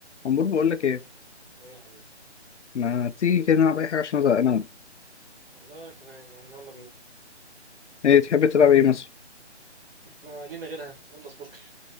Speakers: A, on the left; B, on the right.
A: عمور بقول لك ايه
B: ايه يا حبيبي
A: ما تيجي كده نلعب اي حاجه عشان ازهق انا
B: والله انا كمان يا عم يلا بينا
A: ايه تحب تلعب ايه مثلا
B: احنا لينا غيرها يلا سبوركل